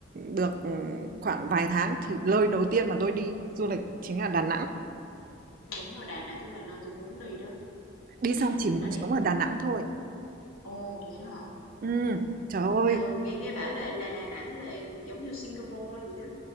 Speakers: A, on the right; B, on the left.
A: được khoảng vài tháng thì nơi đầu tiên mà tôi đi du lịch chính là Đà Nẵng.
B: đúng rồi, Đà Nẵng cũng là nơi tôi muốn đi đó,
A: Đi xong chỉ
B: nghe
A: muốn
B: mà nói đẹp.
A: sống ở Đà Nẵng thôi.
B: Ồ, vậy đó hả?
A: Ừ, trời ơi,
B: Ừ, nghe nghe bảo là là Đà Nẵng là giống như Singapore vậy đó,